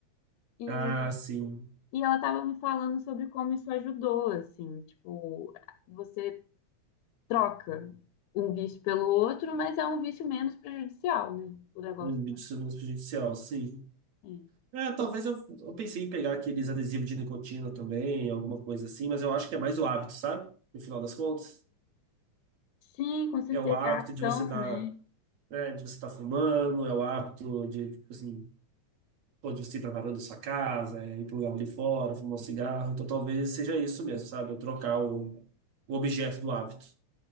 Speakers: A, on the left; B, on the right.
A: E,
B: Ah, sim.
A: e ela tava me falando sobre como isso ajudou, assim, tipo, você troca um vício pelo outro, mas é um vício menos prejudicial, né? O negócio.
B: Um vídeo sobre prejudicial, sim.
A: É.
B: É, talvez eu, eu pensei em pegar aqueles adesivos de nicotina também, alguma coisa assim, mas eu acho que é mais o hábito, sabe? No final das contas.
A: Sim, com certeza
B: É o hábito
A: é a ação,
B: de você tá,
A: né?
B: né, de você tá fumando, é o hábito de, tipo assim, pô, de você ir pra varanda da sua casa, é, ir pro lugar ali fora, fumar um cigarro. Então talvez seja isso mesmo, sabe? Eu trocar o, o objeto do hábito.